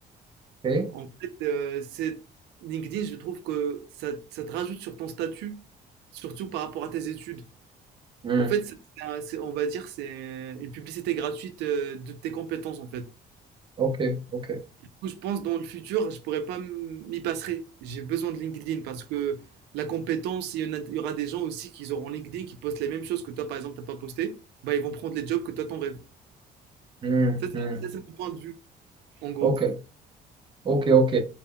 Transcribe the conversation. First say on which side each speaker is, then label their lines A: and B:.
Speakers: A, on the right; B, on the right.
A: Ok,
B: En fait, euh, c'est LinkedIn, je trouve que ça, ça te rajoute sur ton statut, surtout par rapport à tes études.
A: Hmm.
B: En fait, c'est- c'est un- c'est- on va dire, c'est une publicité gratuite euh, de tes compétences, en fait.
A: ok, ok.
B: coup, je pense dans le futur, je pourrais pas m- m'y passer. J'ai besoin de LinkedIn parce que la compétence, il y en a- il y aura des gens aussi qui auront LinkedIn qui postent les mêmes choses que toi, par exemple, t'as pas posté. Bah, ils vont prendre les jobs que toi, t'en rêves.
A: Hmm,
B: Ça,
A: hmm.
B: c'est ça, c'est mon point de vue, en gros.
A: Ok, ok, ok.